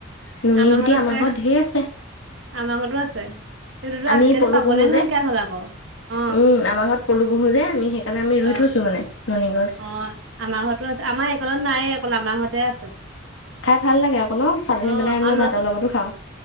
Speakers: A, on the left; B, on the right.
A: নুনী
B: আমাৰ
A: গুটি
B: ঘত আছে,
A: ঘৰত ঢেৰ আছে
B: আমাৰ ঘৰতো আছে। সেইটোতো
A: আমি
B: আজিকালি
A: পলু
B: পাবলে
A: পোহোঁ
B: নাইকিয়া
A: যে,
B: হ'ল আকৌ অ',
A: উম, আমাৰ ঘৰত পলু পোহো যে আমি সেই কাৰণে আমি
B: অ',
A: ৰুই থৈছো মানে, নুনী গছ।
B: অ', আমাৰ ঘৰতো আছে, আমাৰ এইকনত নাইয়ে, অকল আমাৰ ঘৰত হে আছে।
A: খাই ভাল লাগে আকৌ ন', চাটনি
B: অ',
A: বনাই আমি
B: আৰু ল'ৰা
A: ভাতৰ লগতো খাওঁ।